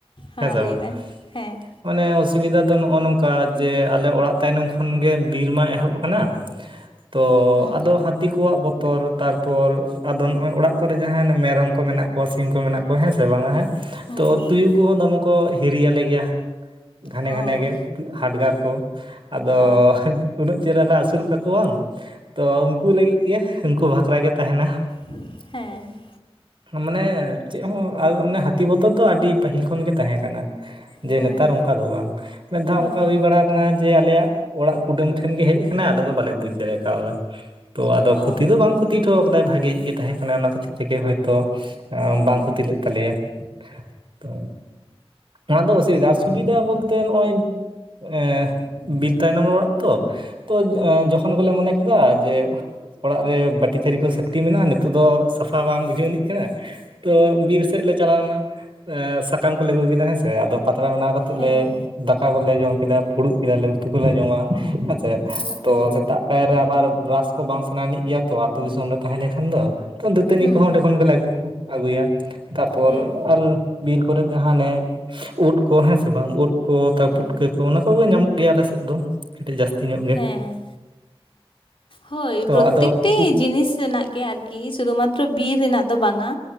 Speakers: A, on the left; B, on the right.
A: ᱦᱚᱸ
B: ᱦᱮᱸ ᱥᱮ
A: ᱞᱟᱹᱭ
B: ᱵᱟᱝ
A: ᱵᱮᱱ ᱦᱮᱸ
B: ᱢᱟᱱᱮ ᱚᱥᱩᱵᱤᱫᱟ ᱫᱚ ᱱᱚᱜᱼᱚ ᱱᱚᱝᱠᱟ ᱡᱮ ᱟᱞᱮ ᱚᱲᱟᱜ ᱛᱟᱭᱱᱚᱢ ᱠᱷᱚᱱ ᱜᱮ ᱵᱤᱨᱢᱟ ᱮᱦᱚᱵ ᱟᱠᱟᱱᱟ ᱛᱚ
A: ᱦᱩᱸ
B: ᱟᱫᱚ ᱦᱟᱹᱛᱤ ᱠᱚᱣᱟᱜ ᱵᱚᱛᱚᱨ ᱛᱟᱨᱯᱚᱨ ᱟᱫᱚ ᱱᱚᱜᱼᱚᱭ ᱚᱲᱟᱜ ᱠᱚᱨᱮ ᱡᱟᱦᱟ ᱢᱮᱨᱚᱢ ᱠᱚ ᱢᱮᱱᱟᱜ ᱠᱚᱣᱟ ᱥᱤᱢ ᱠᱚ ᱢᱮᱱᱟᱜ ᱠᱚᱣᱟ ᱦᱮᱸ ᱥᱮ ᱵᱟᱝᱟ ᱦᱮᱸ
A: ᱦᱩᱸ
B: ᱛᱚ ᱛᱩᱭᱩ ᱠᱚᱦᱚᱸ ᱫᱚᱢᱮ ᱠᱚ ᱦᱤᱨᱤᱭᱟᱞᱮ ᱜᱮᱭᱟ ᱜᱷᱟᱱᱮ
A: ᱚ
B: ᱜᱷᱟᱱᱮᱜ ᱜᱮ ᱦᱟᱰᱜᱟᱨ ᱠᱚ ᱟᱫᱚ
A: ᱚ
B: ᱩᱱᱟᱹᱜ ᱪᱮᱦᱨᱟ ᱞᱮ ᱟᱹᱥᱩᱞ ᱠᱟᱠᱚᱣᱟᱢ ᱛᱚ ᱩᱱᱠᱩ ᱞᱟᱹᱜᱤᱫ ᱜᱮ ᱩᱱᱠᱩ ᱵᱷᱟᱠᱷᱨᱟᱜ ᱜᱮ ᱛᱟᱦᱮᱱᱟ
A: <inaudible> ᱦᱮᱸ
B: ᱢᱟᱱᱮ ᱪᱮᱫ ᱦᱚᱸ ᱟᱨ ᱚᱱᱮ ᱦᱟᱹᱛᱤ ᱵᱚᱛᱚᱨ ᱫᱚ ᱟᱹᱰᱤ ᱯᱟᱹᱦᱤᱞ ᱠᱷᱚᱱ ᱜᱮ ᱛᱟᱦᱮᱸ ᱠᱟᱱᱟ ᱡᱮ
A: ᱦᱩᱸ
B: ᱱᱮᱛᱟᱨ ᱚᱱᱠᱟ ᱫᱚ ᱵᱟᱝ ᱢᱤᱫ ᱫᱷᱟᱣ
A: ᱦᱩᱸ
B: ᱚᱱᱠᱟ ᱦᱩᱭ ᱵᱟᱲᱟ ᱠᱟᱱᱟ ᱡᱮ ᱟᱞᱮᱭᱟᱜ ᱚᱲᱟᱜ ᱠᱩᱰᱟᱹᱢ ᱴᱷᱮᱱ ᱜᱮ ᱦᱮᱡ ᱟᱠᱟᱱᱟᱭ ᱟᱞᱮ ᱫᱚ ᱵᱟᱞᱮ ᱵᱩᱡ ᱫᱟᱲᱮ ᱠᱟᱣᱫᱟ ᱛᱚ ᱟᱫᱚ ᱠᱷᱚᱛᱤ
A: ᱚ
B: ᱫᱚ ᱵᱟᱝ ᱠᱷᱚᱛᱤ ᱛᱤ ᱦᱚᱴᱚ ᱠᱟᱫᱟᱭ ᱵᱷᱟᱜᱮ ᱜᱮ ᱛᱟᱦᱮᱸ ᱠᱟᱱᱟ ᱚᱱᱟ ᱠᱷᱟᱹᱛᱤᱨ ᱛᱮᱜᱮ ᱦᱳᱭ ᱛᱚ ᱵᱟᱝ ᱠᱷᱚᱛᱤ ᱞᱮ ᱛᱟᱞᱮᱭᱟ ᱛᱚ ᱚᱱᱟ ᱫᱚ ᱚᱥᱩᱵᱤᱫᱟ ᱥᱩᱵᱤᱫᱟ ᱵᱚᱞᱛᱮ ᱱᱚᱜᱼᱚᱭ ᱮ ᱵᱤᱨ ᱛᱟᱭᱱᱚᱢ ᱨᱮ ᱚᱲᱟᱜ ᱛᱚ ᱛᱚ ᱡᱚᱠᱷᱚᱱ ᱜᱮᱞᱮ ᱢᱚᱱᱮ ᱠᱮᱫᱟ ᱡᱮ ᱚᱲᱟᱜ ᱨᱮ ᱵᱟᱴ ᱴᱤ ᱛᱷᱟᱹᱨᱤ ᱠᱚ ᱥᱟᱠᱲᱤ ᱢᱮᱱᱟᱜᱼᱟ ᱱᱤᱛᱚᱜ ᱫᱚ ᱥᱟᱯᱷᱟ ᱵᱟᱝ ᱵᱩᱡᱷᱟᱹᱣᱱᱤᱡ ᱠᱟᱱᱟ ᱛᱚ ᱵᱤᱨ ᱥᱮᱫ ᱪᱟᱞᱟᱣ ᱮᱱᱟ ᱥᱟᱠᱟᱢ ᱠᱚᱞᱮ ᱟᱜᱩ ᱠᱮᱫᱟ ᱦᱮ ᱥᱮ ᱟᱫᱚ ᱯᱟᱛᱲᱟ ᱵᱮᱱᱟᱣ ᱠᱟᱛᱮ
A: ᱦᱮᱸ
B: ᱞᱮ ᱫᱟ ᱫᱟᱠᱟ ᱠᱚᱞᱮ ᱡᱚᱢ ᱠᱮᱫᱟ ᱯᱷᱩᱲᱩᱜ ᱠᱮᱫᱟᱞᱮ ᱩᱛᱩ ᱠᱚᱞᱮ ᱡᱚᱢᱟ ᱦᱮᱸ ᱪᱮ
A: ᱦᱳᱭ
B: ᱛᱚ ᱥᱮᱛᱟᱜ ᱯᱷᱮᱨ ᱟᱵᱟᱨ ᱵᱟᱨᱟᱥ ᱠᱚ ᱵᱟᱝ ᱥᱟᱱᱟᱭᱱᱤᱜ ᱜᱮᱭᱟ ᱛᱚ ᱟᱛᱩ ᱫᱤᱥᱚᱢ ᱨᱮ ᱛᱟᱦᱮᱸ ᱞᱮᱱᱠᱷᱟᱱ ᱫᱚ ᱫᱟᱹᱛᱟᱹᱱᱤ
A: ᱦᱩᱸ
B: ᱠᱚᱦᱚᱸ ᱚᱰᱮ ᱠᱷᱚᱱ ᱜᱮᱞᱮ ᱩᱱᱠᱩ ᱠᱚ ᱟᱹᱜᱩᱭᱟ ᱛᱟᱯᱚᱨ
A: ᱦᱮᱸ
B: ᱟᱨ ᱵᱤᱨ ᱠᱚᱨᱮ ᱡᱟᱦᱟᱸᱱ <inaudible> ᱩᱫ ᱠᱚ ᱦᱮᱸ ᱥᱮ ᱵᱟᱝ ᱩᱫ ᱠᱚ ᱛᱟ
A: ᱦᱮᱸ
B: ᱯᱩᱴᱠᱟᱹ ᱠᱚ ᱚᱱᱟ ᱠᱚᱜᱮ ᱧᱟᱢᱚᱜ ᱜᱮᱭᱟ ᱟᱞᱮᱥᱮᱫ ᱫᱚ ᱠᱟᱹᱴᱤᱡ ᱡᱟᱹᱥᱛᱤ ᱧᱚᱜ ᱜᱮ
A: ᱦᱮᱸ ᱦᱳᱭ
B: ᱛᱚ
A: ᱯᱚᱨᱚᱛᱮᱠᱴᱤ
B: ᱟᱫᱚ ᱩᱫ
A: ᱡᱤᱱᱤᱥ ᱨᱮᱱᱟᱜ ᱜᱮ ᱟᱨ ᱠᱤ ᱥᱩᱫᱷᱩ ᱢᱟᱛᱨᱚ ᱵᱤᱨ ᱨᱮᱱᱟᱜ ᱫᱚ ᱵᱟᱝᱟ